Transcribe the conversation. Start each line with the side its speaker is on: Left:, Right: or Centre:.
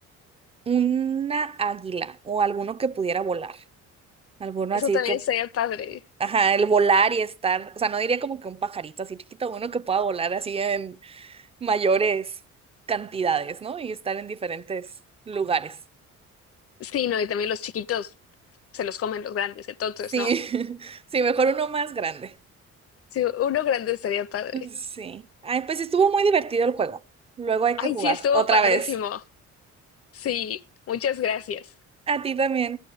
Right: Una águila o alguno que pudiera volar. Alguno
Left: Eso
Right: así
Left: también
Right: que,
Left: sería padre.
Right: ajá, el volar y estar, o sea, no diría como que un pajarito así chiquito, uno que pueda volar así en mayores cantidades, ¿no? Y estar en diferentes lugares.
Left: Sí, no, y también los chiquitos se los comen los grandes, entonces
Right: Sí,
Left: no.
Right: <laughs> sí, mejor uno más grande.
Left: Sí, uno grande estaría padre.
Right: Sí. Ay, pues estuvo muy divertido el juego. Luego hay
Left: Ay,
Right: que jugar
Left: sí, estuvo
Right: otra
Left: padrísimo.
Right: vez.
Left: Sí, muchas gracias.
Right: A ti también.